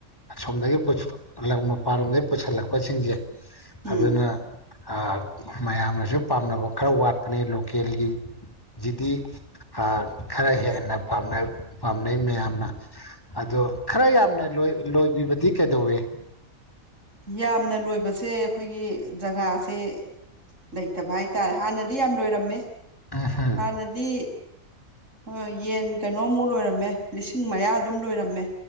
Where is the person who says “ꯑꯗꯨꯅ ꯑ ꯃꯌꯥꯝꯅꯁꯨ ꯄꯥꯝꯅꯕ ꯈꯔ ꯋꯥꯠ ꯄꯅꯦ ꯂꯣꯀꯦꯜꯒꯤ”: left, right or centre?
Left